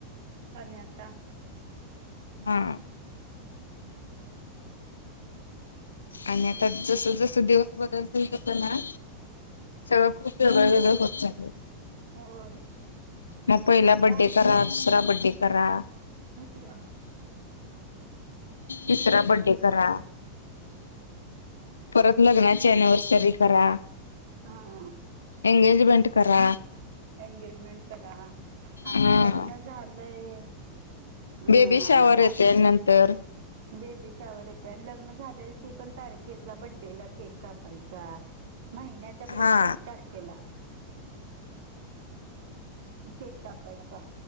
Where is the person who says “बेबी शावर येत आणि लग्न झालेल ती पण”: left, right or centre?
Right